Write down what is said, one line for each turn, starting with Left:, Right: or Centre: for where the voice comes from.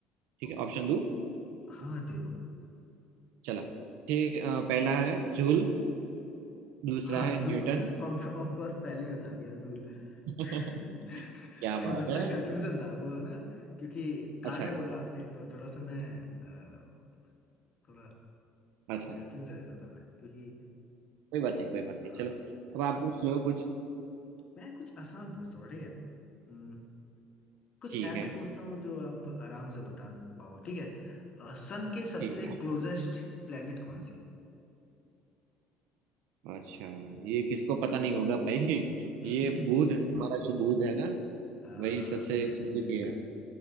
Left: अ,
Right: ठीक है ऑप्शन दो
Left: हाँ दे दो
Right: चला ठीक अ, पहला है जूल दूसरा
Left: हाँ
Right: है
Left: जूल
Right: न्यूटन
Left: ऑफ ऑफ कोर्स पहले ही बता दिया जूल
Right: <laughs>
Left: <laughs>
Right: क्या बात
Left: बस
Right: है
Left: मैं कंफ्यूजन था वो ना क्योंकि कार्य
Right: अच्छा
Left: बोला आपने तो थोड़ा सा मैं अ, थोड़ा
Right: अच्छा
Left: कंफ्यूज रहता था मैं क्योंकि
Right: कोई बात नहीं कोई बात नहीं
Left: हाँ
Right: चलो
Left: हाँ
Right: अब आप
Left: ठीक।
Right: पूछ लो कुछ
Left: मैं कुछ आसान पूछता हूँ ठीक है हम्म, कुछ
Right: ठीक
Left: ऐसा
Right: है
Left: पूछता हूँ जो आप आराम से बता पाओ ठीक है सन के सबसे
Right: ठीक है
Left: क्लोजेस्ट प्लेनेट कौन सी है
Right: अच्छा ये किसको पता नहीं होगा भाई <laughs>
Left: <laughs>
Right: ये बुध हमारा जो बुध है ना
Left: अ,
Right: वही सबसे
Left: बिल्कुल
Right: नजदीकी
Left: बिल्कुल बिल्कुल
Right: है